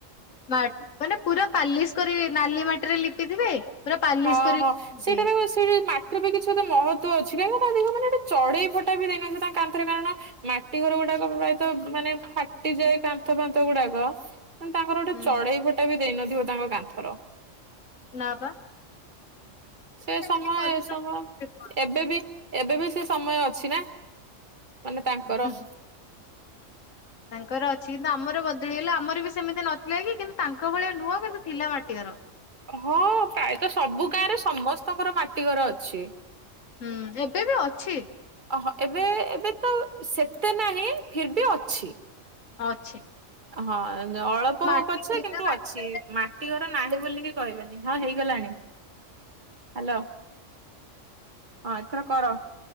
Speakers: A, on the left; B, on the right.
A: ମାନେ ପୁରା ପାଲିସ କରି ନାଲି ମାଟିରେ ଲିପିଥିବେ। ପୁରା ପାଲିସ
B: ହଁ
A: କରି
B: ହଁ
A: ଲିପିଥିବେ।
B: ସେଇଟାର ସେ ମାଟି ସତ ମହତ୍ଵ ଅଛି କାହିଁକି ତା ଦି ମାନେଟେ ଚଢେଇ ଫଟା ବି ଦେଇନାହାନ୍ତି ତାଙ୍କ କାଟନ୍ଥରେ କାରଣ ମାଟି ଘର ଗୁଡାକ ପ୍ରାୟତଃ ମାନେ ଫାଟିଯାଏ କାନ୍ଥ ଫାନ୍ଥ ଗୁଡାକ। ମ ତାଙ୍କର ଗୋଟେ
A: ହୁଁ
B: ଚଢେଇ ଫଟା ବି ଦେଇନଥିବ ତାଙ୍କ କାନ୍ଥର।
A: ନା ବା।
B: ସେ
A: ସେମିତି
B: ସମୟ
A: ପରିଶ୍ରମ
B: ଏ ସମୟ
A: କରିକି ଲିପନ୍ତି
B: ଏବେ ବି ଏବେ ବି ସେ ସମୟ ଅଛି ନା। ମାନେ ତାଙ୍କର
A: ହୁଁ। ତାଙ୍କର ଅଛି କିନ୍ତୁ ଆମର ବଦଳିଗଲା ଆମର ବି ସେମିତି ନଥିଲା କି କିନ୍ତୁ ତାଙ୍କ ଭଳିଆ ନୁହଁ କିନ୍ତୁ ଥିଲା ମାଟିଆର।
B: ହଁ ପ୍ରାୟତ ସବୁ ଗାଁରେ ସମସ୍ତେ ସ୍ତଙ୍କର ମାଟି ଘର ଅଛି।
A: ହୁଁ ଏବେ ବି ଅଛି।
B: ଓହୋ ଏବେ ଏବେ ତ ସେତେ ନାହିଁ। ଫିର ବି ଅଛି।
A: ହଁ ଅଛି।
B: ହଁ। ଅଳପ
A: ମାଟି
B: ହଉ ପଛ
A: ବିନା
B: କିନ୍ତୁ
A: ମାଟି
B: ଅଛି
A: ଘରେ
B: ମାଟି ନାହିଁ ବୋଲିକି କହିବେନି ହଁ ହେଇଗଲାଣି ହ୍ୟାଲୋ। ହଁ ଏଥର କର।